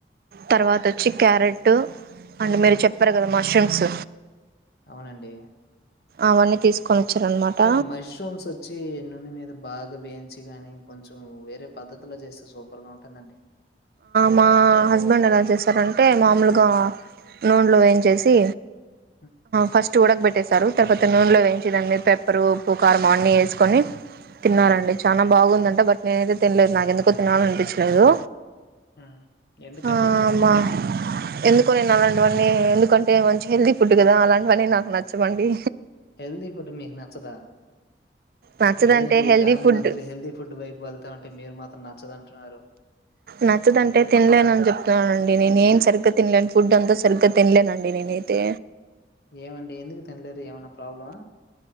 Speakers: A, on the right; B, on the left.
A: తర్వాత వచ్చి క్యారెట్ అంటే మీరు చెప్పారు కదా మష్రూమ్స్
B: అవునండి
A: అవన్నీ తీసుకొని వచ్చారనమాట
B: కానీ మష్రూమ్స్ వచ్చి నూనె మీద బాగా వేయించి కాని కొంచెం వేరే పద్ధతిలో చేస్తే సూపర్ గా ఉంటుందండి
A: మా హస్బెండ్ ఎలా చేశారంటే మామూలుగా నూనెలో ఏంచ చేసి
B: హ్మ్.
A: ఫస్ట్ ఉడకబెట్టే ారు తర్వాత నూనెలో వేంచిదన్ని పెప్పరు పూ కారంమ అన్నీ వేసుకొని తిన్నాలండి చాలా బాగుందంటే బట్ నేనయితే తినలేదు నాకెందుకో తినాల అనిపించలేదు
B: హ్మ్. ఎందుకండి?
A: ఆమ ఎందుకో ఇవన్నీ ఎందుకంటే మంచిగా హెల్తీ ఫుడ్ కదా అలాంటివన్నీ నాకు నచ్చవండి
B: హెల్తీ ఫుడ్ మీకు నచ్చదా
A: నచ్చదంటే
B: ఏందండి
A: హెల్దీ
B: ఈ కాలంలో
A: ఫుడ్
B: అందరుూ హెల్తీ ఫుడ్ వైపు వెళ్తా ఉంటే మీరు మాత్రం నచ్చదుంటున్నారు
A: నచ్చదంటే తినలేన అని చెప్తున్నానునండి నేను ఏం సరిగ్గా తినలేను ఫుడ్ అంతా సరిగ్గా తినలేనండి నేను అయితే
B: ఏమండి ఎందుకు తినలేరు ఏమనా ప్రాబ్లమా